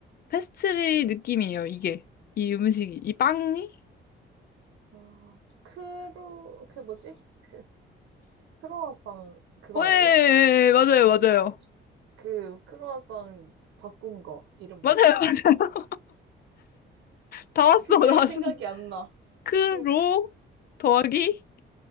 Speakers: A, on the left; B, on the right.
A: 페스트리 느낌이에요. 이게 이 음식이 이 빵이?
B: 아, 크루, 그 뭐지? 그, 크로와상, 그거
A: 왜
B: 아니에요?
A: 맞아요, 맞아요,
B: 그, 그, 크로와상 바꾼 거. 이름
A: 맞아요,
B: 뭐지?
A: 맞아요. <laughs> 다 왔어,
B: 그 이름이
A: 다 왔어.
B: 생각이 안 나.
A: 크로
B: 그,
A: 더하기?